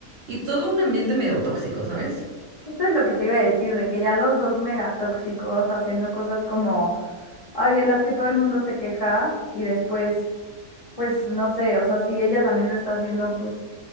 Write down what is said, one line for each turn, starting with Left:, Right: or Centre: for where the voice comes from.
Right: y todo un ambiente medio tóxico, ¿sabes?
Left: Esto es lo que te iba a decir, de que ya los dos megatóxicos haciendo cosas como, ay, de las que todo el mundo se queja y después, pues no sé, o sea, si ella también lo está haciendo, pues